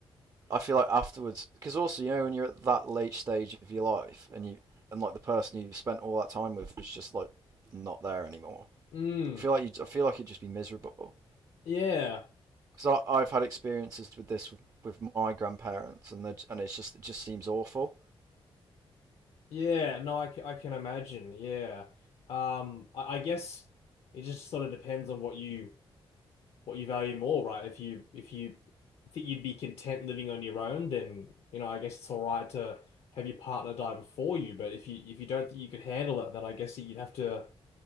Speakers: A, on the right (about 35°); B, on the left (about 75°).
A: I feel like afterwards, because also you know when you're at that late stage of your life, and you and like the person you spent all that time with is just like not there anymore.
B: Mm.
A: I feel like you. I feel like it'd just be miserable.
B: Yeah.
A: Because I've had experiences with this with, with my grandparents, and they're j- and it's just it just seems awful.
B: Yeah, no, I, c- I can imagine. Yeah. Um, I, I guess it just sort of depends on what you what you value more, right? If you if you think you'd be content living on your own, then you know, I guess it's all right to have your partner die before you. But if you if you don't think you could handle it, then I guess you'd have to